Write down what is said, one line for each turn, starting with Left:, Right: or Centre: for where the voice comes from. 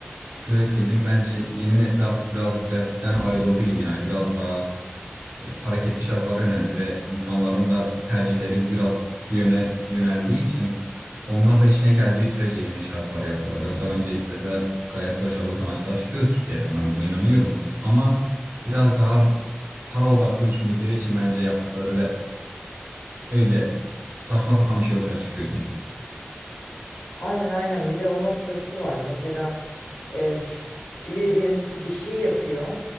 Right: Şöyle söyleyeyim bence yeni nesil artık biraz rapten ayrıldı gibi yani biraz daha e, hareketli şarkılar yöneldi ve insanların da tercihleri biraz bu yöne yöneldiği için onlar da işine geldiği sürece yeni şarkılar yapıyorlar. Yoksa bence isteseler gayet başarılı sanatçılar çıkıyor Türkiye'den ben buna inanıyorum. Ama biraz daha para odaklı düşündükleri için bence yaptıkları rap öyle saçma sapan bir şey ortaya çıkıyor diyeyim.
Left: Aynen aynen bir de o noktası var. Mesela e, ş- biri diyelim ki bir şey yapıyor.